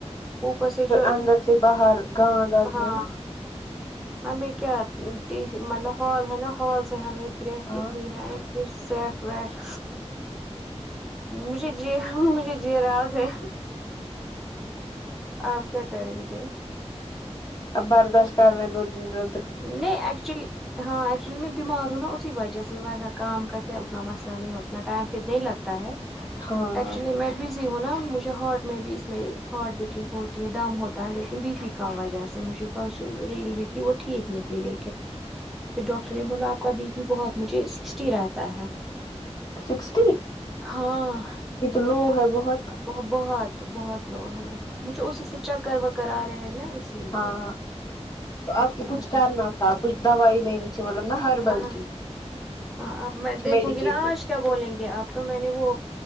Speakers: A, in the centre; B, on the left.
A: اوپر سے جو
B: اندر سے باہر گاند آتی
A: ہاں
B: ہے نا
A: ہمیں کیا ٹی مطلب ہال ہے نا ہال سے ہمیں گرہ
B: ہاں
A: اتنی ہے کہ سیک ویک مجھے جی ہاں مجھے جیراگ ہے آپ کیا کریں گے
B: اب برداشت کرنے دو دو
A: نہیں ایکچولی ہاں ایکچولی میں بیمار ہوں نا اسی وجہ سے ورنہ کام کا کیا اتنا مسئلہ نہیں اتنا ٹائم پھر نہیں لگتا ہے
B: ہاں
A: ایکچولی میں بزی ہو نہ مجھے ہارٹ میں بھی اس میں ہارٹ بیٹنگ ہوتی ہے دم ہوتا ہے لیکن بی پی کا وجہ سے مجھے پرسوں ریڈی بھی کی وہ ٹھیک نہیں تھی لیکن تو ڈاکٹر نے بولا آپ کا بی پی بہت مجھے سکسٹی رہتا ہے
B: سکسٹی
A: ہاں
B: یہ تو لو ہے بہت
A: وہ بہت بہت لو ہے مجھے اسی سے چکر وکر آ رہے ہیں نا اس اسی لیے
B: ہاں ہاں تو
A: اسی
B: آپ کو کچھ
A: وجہ
B: کرنا تھا کچھ دوائی لینی تھی مطلب نا ہربل
A: ہاں
B: کی
A: ہاں اب میں دیکھوں
B: میڈیکیٹڈ
A: گی نا آج کیا بولیں گے آپ تو میں نے وہ